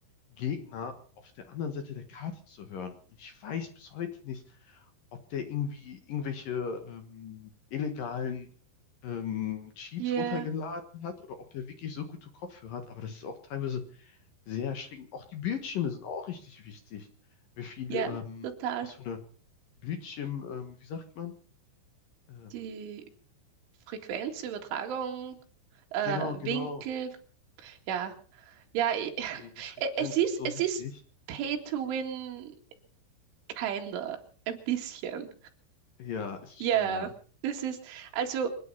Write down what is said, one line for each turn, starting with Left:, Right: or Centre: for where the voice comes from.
Left: Gegner auf der anderen Seite der Karte zu hören. Und ich weiß bis heute nicht, ob der irgendwie irgendwelche ähm, illegalen ähm, Cheats
Right: Ja,
Left: runtergeladen hat oder ob er wirklich so gute Kopfhörer hat. Aber das ist auch teilweise sehr erschreckend. Auch die Bildschirme sind auch richtig wichtig. Wie viel,
Right: ja,
Left: ähm,
Right: total.
Left: was für eine Bildschirm, ähm, wie sagt man? Ähm,
Right: Die Frequenzübertragung, äh,
Left: genau, genau.
Right: Winkel, Ja, ja, i- <laughs>
Left: Die, die Frequenz
Right: es ist,
Left: ist so
Right: es
Left: wichtig.
Right: ist Pay to Win, kinder, ein bisschen.
Left: Ja, ist es
Right: Ja,
Left: schon, ja.
Right: das ist, also